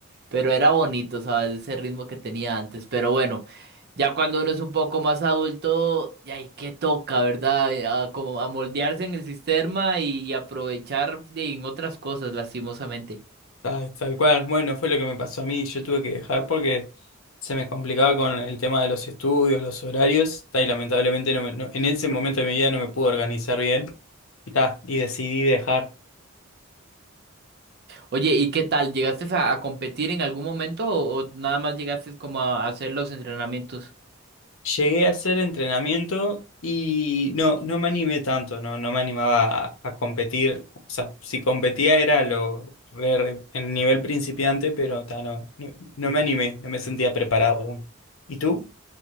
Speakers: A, on the right; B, on the left.
A: Pero era bonito, ¿sabes? Ese ritmo que tenía antes. Pero bueno, ya cuando uno es un poco más adulto, ya hay que toca, ¿verdad? Eh, A, como a moldearse en el sistema y aprovechar de- en otras cosas, lastimosamente.
B: Ah, tal cual, bueno, fue lo que me pasó a mí, yo tuve que dejar porque se me complicaba con el tema de los estudios, los horarios, ta, y lamentablemente no me- no- en ese momento de mi vida no me pude organizar bien y, ta, y decidí dejar.
A: Oye, ¿y qué tal? ¿Llegaste a, a competir en algún momento o, o nada más llegaste como a hacer los entrenamientos?
B: Llegué a hacer entrenamiento y no, no me animé tanto, no, no me animaba a, a competir. O sea, si competía era lo re- re- en nivel principiante, pero ta, no, no, no me animé, no me sentía preparado aún. ¿Y tú?